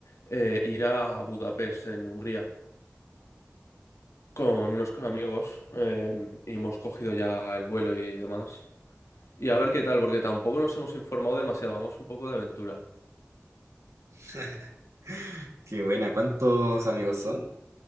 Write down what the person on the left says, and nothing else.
eh, ir a Budapest, en Hungría, con unos amigos, em, y hemos cogido ya el vuelo y demás. Y a ver qué tal, porque tampoco nos hemos informado demasiado, vamos un poco de aventura.